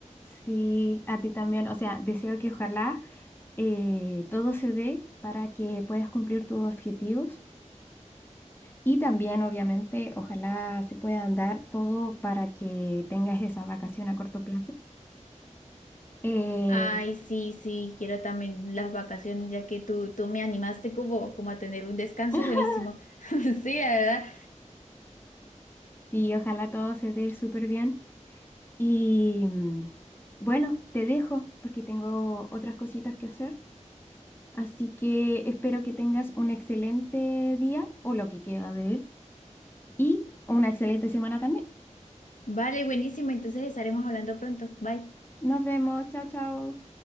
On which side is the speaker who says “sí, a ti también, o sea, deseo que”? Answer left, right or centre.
Left